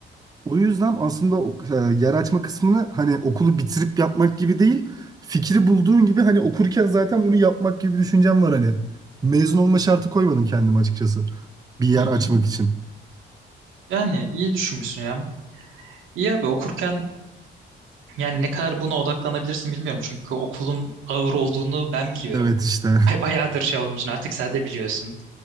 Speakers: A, on the right (about 20°); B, on the right (about 85°).
A: O yüzden aslında o- e, yer açma kısmını hani okulu bitirip yapmak gibi değil, fikri bulduğun gibi hani okurken zaten bunu yapmak gibi bir düşüncem var hani. Mezun olma şartı koymadım kendime açıkçası. Bir yer
B: Hı hı.
A: açmak için.
B: Yani iyi düşünmüşsün ya. İyi abi okurken yani ne kadar buna odaklanabilirsin bilmiyorum. Çünkü okulun ağır olduğunu ben biliyorum.
A: Evet işte.
B: <laughs> Bay- Bayağıdır şey olduğum için artık sen de biliyorsun.